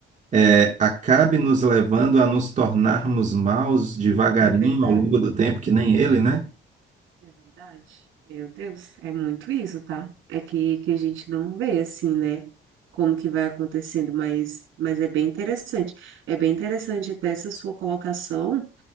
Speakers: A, on the right (about 35°); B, on the right (about 80°).
A: é, acabe nos levando a nos tornarmos maus devagarinho
B: é verdade.
A: ao longo do tempo, que nem ele, né?
B: É verdade. Meu Deus, é muito isso, tá? É que, que a gente não vê assim, né? Como que vai acontecendo, mas, mas é bem interessante. É bem interessante até essa sua colocação